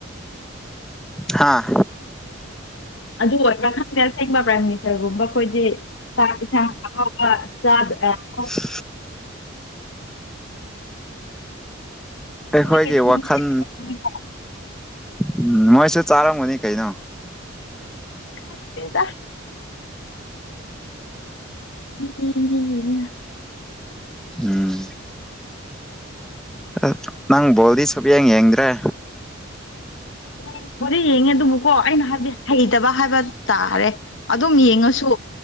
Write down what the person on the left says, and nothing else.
ꯑꯗꯨ ꯑꯣꯏꯕ꯭ꯔꯥ ꯈꯪꯗꯦ ꯑꯁꯦꯡꯕ ꯄ꯭ꯔꯥꯏꯝ ꯃꯤꯅꯤꯁꯇ꯭ꯔꯒꯨꯝꯕ ꯑꯈꯣꯏꯗꯤ ꯆꯥꯛ ꯏꯟꯁꯥꯡ ꯑꯍꯥꯎꯕ ꯆꯥꯗ ꯑ <unintelligible>
ꯅꯣꯏꯒꯤꯁꯦ ꯅꯨꯡꯁꯤꯠ
ꯈꯪꯗꯦꯗ
ꯈꯪꯗꯦꯗ ꯃꯤ ꯃꯤꯒꯤꯅꯤꯅ
ꯌꯦꯡ ꯕꯣꯗꯤ ꯌꯦꯡꯉꯦ ꯑꯗꯨꯕꯨꯀꯣ ꯑꯩꯅ ꯍꯥꯏꯕꯗꯤ ꯍꯩꯇꯕ ꯍꯥꯏꯕ ꯇꯥꯔꯦ ꯑꯗꯨꯝ ꯌꯦꯡꯉꯁꯨ